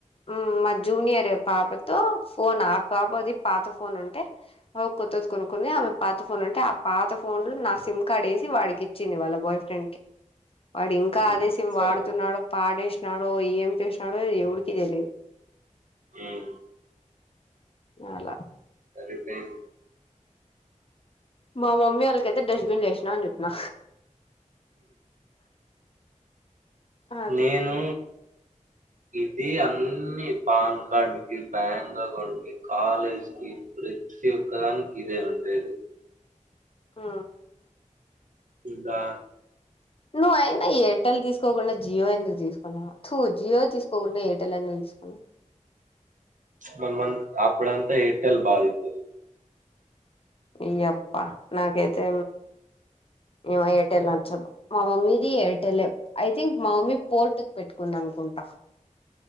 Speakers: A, on the left; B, on the right.
A: ఉ మ్మా జూనియర్ పాపతో ఫోన్ ఆ పాపది పాత ఫోన్ ఉంటే అవు కొత్తది కొనుక్కుని ఆమె పాత ఫోన్ ఉంటే ఆ పాత ఫోన్లు నా సిమ్ కార్డ్ యేసి వాడికిచ్చి త్తింది వాళ్ళ బాయ్ ఫ్రెండ్ కి వాడ్ ఇంకా
B: హ్మ్
A: అదే సిమ్
B: సరిపోయింది
A: వాడుతున్నాడు పాడేష్నాడో ఏం చేశాడో అద్ ఎవుడికి తెలి
B: ఉమ్మ్
A: అలా
B: సరిపోయింది
A: మా మమ్మీ వాళ్ళకైతే డస్ట్బిన్ లేేసినా అని చెప్పినా అది
B: నేను ఇది అన్ని పాన్ కార్డ్ కి బ్యాంక్ అకౌంట్ కి కాలేజ్ కి ప్రతి <unintelligible> ఇదే ఉండేది
A: ఆ
B: ఇందా
A: నువ్వయినా ఎయిర్టెల్ తీసుకోకుండా జియో ఎందుకు తీసుకున్నా తూ జియో తీసు పోకుండా ఎయిటెల్ అంద తీసుకుొని
B: మన్ మం అప్పుడంత ఎయిర్టెల్ భాగిత్తది
A: అయ్యప్ప నాకైతే ఏమ ఏటలు నచ్చదు మా మమ్మీది ఎయిర్టెలె ఐ థింక్ మా మమ్మీ పోర్ట్ కు పెట్టుకుంది అనుకుంటా